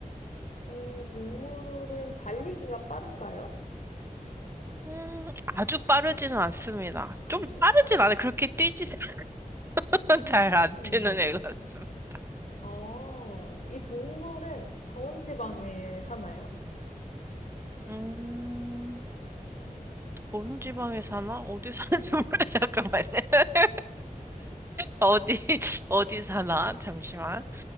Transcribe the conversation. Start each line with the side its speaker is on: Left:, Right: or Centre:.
Left: 이 동물은 달리기가 빠른가요?
Right: 음, 아주 빠르지는 않습니다.
Left: 아주
Right: 좀 빠르진
Left: 빠르.
Right: 않아요. 그렇게 뛰지는 <laughs>
Left: 음.
Right: 잘안 뛰는 애 같습니다.
Left: 어, 이 동물은 더운 지방에 사나요?
Right: 음, 더운 지방에 사나? 어디 사는지 몰라. <laughs> 잠깐만요. 어디, <laughs> 어디 사나? 잠시만.